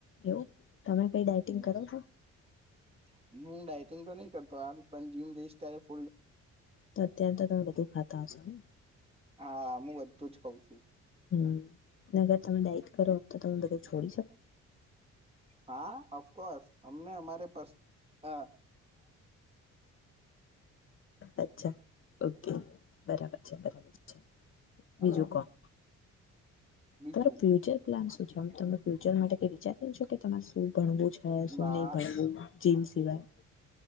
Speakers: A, on the left; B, on the right.
A: એવું તમે કઈ ડાયટિંગ
B: હમ
A: કરો છો
B: હું ડાઈટિંગ તો નહી કરતો આ પણ જીમ જય તરફ
A: તો અત્યારે તો તમે બધું ખાતા હશોને.
B: હા મુગત ધુ જ ખાઉ છું.
A: હમ અગર તમે ડાઇટ કરો તો તમે બધું છોડી શકો.
B: હા અફકોર્સ અમને અમારે પર્સ અ
A: અચ્છા ઓકે બરાબર છે બરાબર છે બીજું
B: હા
A: કોવ
B: બીજું
A: તો ફ્યુચર પ્લાન શું છે આમ તમે ફ્યુચર માટે વિચારી છો કે તમારે શું કરવું છે શું
B: ના
A: નહી ભણવું જીમ સિવાય.